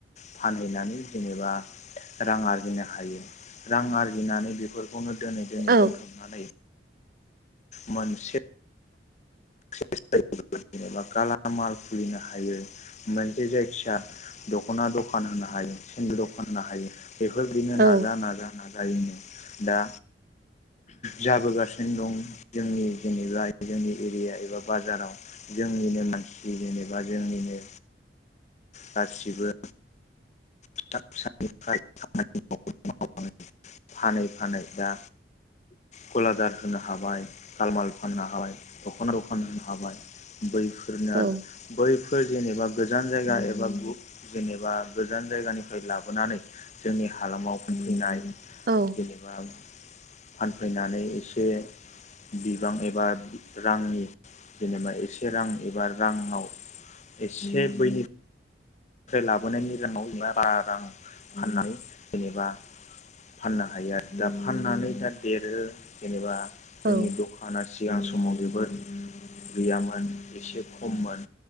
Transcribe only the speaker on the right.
औ
औ
औ
औ
औ